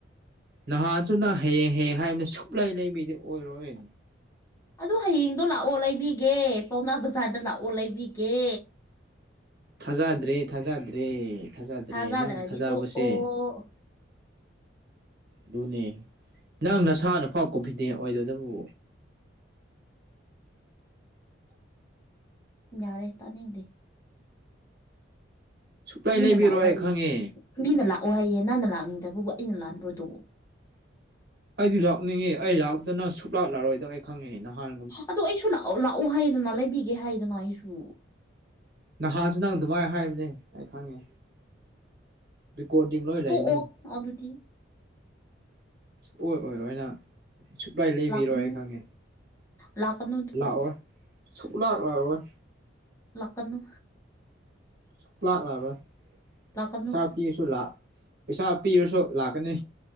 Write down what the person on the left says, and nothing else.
ꯑꯗꯨ ꯍꯌꯦꯡꯗꯣ ꯂꯥꯛꯑꯣ ꯂꯩꯕꯤꯒꯦ ꯄꯥꯎꯅꯥ ꯕꯖꯥꯔꯗ ꯂꯥꯛꯑꯣ ꯂꯩꯕꯤꯒꯦ
ꯊꯥꯖꯗ꯭ꯔꯗꯤ
ꯇꯣꯛꯑꯣ
ꯌꯥꯔꯦ ꯇꯅꯤꯡꯗꯦ
ꯃꯤꯅ
ꯂꯥꯛꯑꯣ ꯍꯥꯏꯌꯦ
ꯃꯤꯅ ꯂꯥꯛꯑꯣ ꯍꯥꯏꯌꯦ ꯅꯪꯅ ꯂꯥꯛꯅꯤꯡꯗꯕꯕꯨ ꯑꯩꯅ ꯂꯥꯟꯕ꯭ꯔꯣ ꯑꯗꯨ
ꯑꯗꯣ ꯑꯩꯁꯨ ꯂꯥꯛꯑꯣ ꯂꯥꯛꯑꯣ ꯍꯥꯏꯗꯅ ꯂꯩꯕꯤꯒꯦ ꯍꯥꯏꯗꯅ ꯑꯩꯁꯨ
ꯇꯣꯛꯑꯣ ꯑꯗꯨꯗꯤ
ꯂꯥꯛꯀꯅꯨ
ꯂꯥꯛꯀꯅꯨ ꯑꯗꯨꯗꯤ
ꯂꯥꯛꯀꯅꯨ
ꯂꯥꯛꯀꯅꯨ